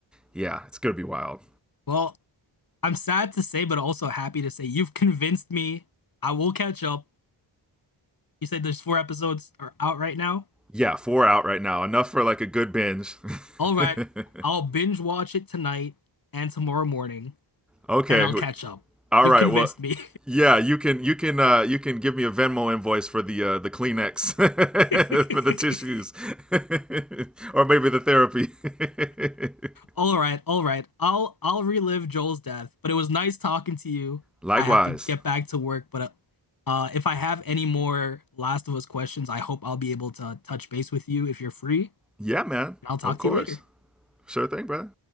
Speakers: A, in the centre; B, on the left (about 45°).
A: yeah, it's going to be wild.
B: Well, I'm sad to say, but also happy to say you've convinced me. I will catch up. You said there's four episodes are out right now.
A: Yeah, four out right now. Enough for like a good binge.
B: All right,
A: <laughs>
B: I'll binge watch it tonight and tomorrow morning,
A: okay.
B: and I'll
A: wh-
B: catch up.
A: All
B: You've
A: right.
B: convinced
A: Well,
B: me.
A: yeah, you can you can uh you can give me a Venmo invoice for the uh the Kleenex
B: <laughs>
A: <laughs> for the tissues. <laughs> or maybe the therapy. <laughs>
B: All right, all right. I'll I'll relive Joel's death, but it was nice talking to you.
A: Likewise.
B: I have to get back to work, but uh, uh, if I have any more Last of Us questions, I hope I'll be able to touch base with you if you're free, and
A: Yeah, man.
B: I'll talk
A: Of course.
B: to you later.
A: Sure thing, brother.